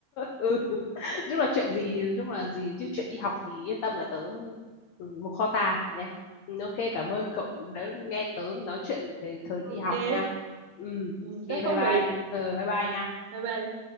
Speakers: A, on the left; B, on the right.
A: ừ. chung là chuyện gì chung là gì chứ chuyện đi học thì yên tâm là tớ ừ, một kho tàng nha ừ, ok cảm ơn cậu đã nghe tớ nói chuyện về thời đi
B: ok
A: học nha ừ
B: ừ,
A: ok
B: rất
A: bye
B: thú
A: bye
B: vị
A: nha. ừ bye bye nha
B: bye bye